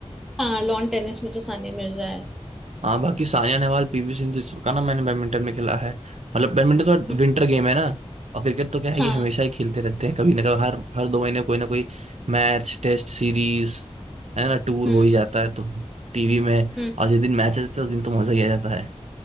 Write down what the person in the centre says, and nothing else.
हाँ लॉन टेनिस में तो सानिया मिर्जा है
हम्म,
हाँ
हम्म
हम्म